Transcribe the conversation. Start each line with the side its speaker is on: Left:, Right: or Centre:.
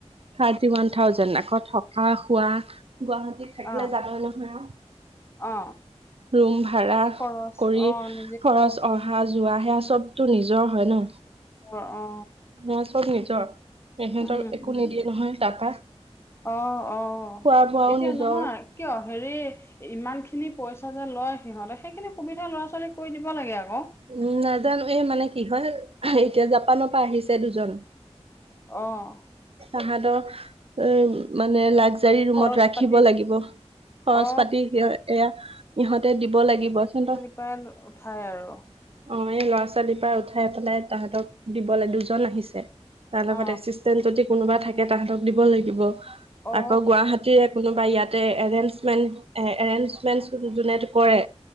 Right: থাৰ্টি ওৱান থাউজেণ্ড আকৌ থকা, খোৱা গুৱাহাটীত থাকিলে
Left: অ
Right: জানই নহয় আৰু।
Left: অ
Right: ৰুম ভাড়া
Left: খৰচ
Right: কৰি
Left: অ নিজে
Right: খৰচ অহা
Left: কৰি
Right: যোৱা সেয়া চবতো নিজৰ হয় ন।
Left: অ অ।
Right: মানে চব নিজৰ। এখেতক
Left: উম
Right: একো
Left: উম
Right: নিদিয়ে নহয় তাৰপা খোৱা
Left: অ অ
Right: বোৱাও
Left: এতিয়া
Right: নিজৰ।
Left: নহয় কিয় হেৰি ইমানখিনি পইচা যে লয় সিহঁতে সেইখিনি সুবিধা ল'ৰা - ছোৱালীক কৰি দিব লাগে আকৌ।
Right: উম নাজানো এই মানে কি হয় অহ এতিয়া জাপানৰ পৰা আহিছে দুজন।
Left: অহ।
Right: তাহাতক এ মানে লাকজাৰী ৰুমত
Left: খৰচ
Right: ৰাখিব
Left: পাতি
Right: লাগিব। খৰচ
Left: অ
Right: পাতি সিহ এয়া ইহঁতে দিব লাগিব সিহতৰ
Left: পৰা উঠাই আৰু।
Right: অহ এই ল'ৰা - ছোৱালীৰ পৰা উঠাই পেলাই তাহতক দিবলে দুজন আহিছে তাৰ লগত
Left: অ
Right: এচিচ টেণ্ট যদি কোনোবাই থাকে তাহতক দিব লাগিব
Left: অ
Right: আকৌ গুৱাহাটীৰে কোনোবা ইয়াত তে এৰেনচমেন্ট এ এৰেনচমেন্ট চু যোনে সেইটো কৰে।